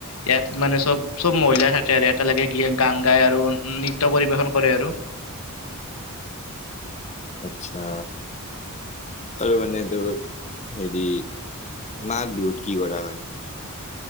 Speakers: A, on the left (about 70°); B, on the left (about 30°).
A: ইয়াত মানে চব-চব মহিলাই থাকে আৰু একেলগে গ গান গাই আৰু উ নৃত্য পৰিবেশন কৰে আৰু।
B: আচ্ছা। আৰু মানে তোৰ হেৰি মাঘ বিহুত কি কৰা হয়?